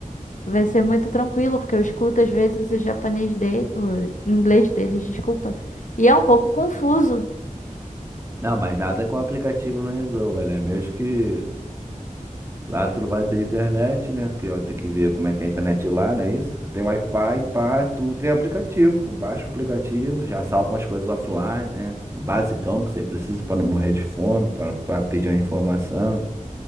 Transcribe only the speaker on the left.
vai ser muito tranquilo, porque eu escuto às vezes o japonês dele, o inglês deles, desculpa, e é um pouco confuso.